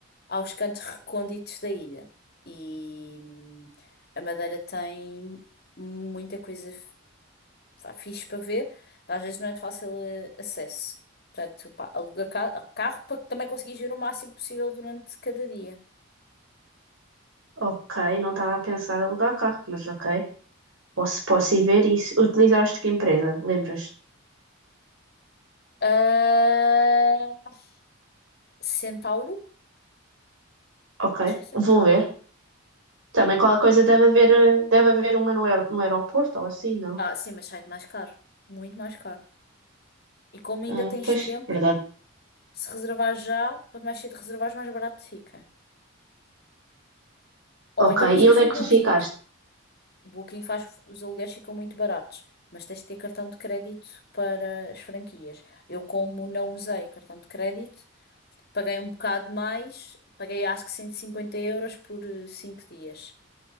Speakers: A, on the left (about 50°); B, on the right (about 70°).
A: aos cantos recônditos da ilha. E hum, a Madeira tem muita coisa f- vá, fixe para ver, mas às vezes não é de fácil eh, acesso. Portanto, pá, aluga ca- carro para que também conseguires ver o máximo possível durante cada dia.
B: Ok, não estava a pensar em alugar carro, mas ok. Posso, posso ir ver isso. Utilizaste que empresa? Lembras-te?
A: Ah, Centauro?
B: Ok,
A: Acho que é Centauro.
B: vou ver. Também qualquer coisa deve haver, eh, deve haver uma no, aer- no aeroporto ou assim, não?
A: ah, ah, sim, mas sai mais caro. Muito mais caro. E como ainda
B: Ah,
A: tens
B: pois,
A: tempo,
B: verdade.
A: se reservar já, quanto mais cedo reservares, mais barato fica. Ou
B: Ok,
A: então usas
B: e onde
A: o
B: é que
A: Booking.
B: tu ficaste?
A: O Booking faz, os aluguéis ficam muito baratos, mas tens de ter cartão de crédito para as franquias. Eu, como não usei cartão de crédito, paguei um bocado mais, paguei acho que 150 euros por eh, 5 dias.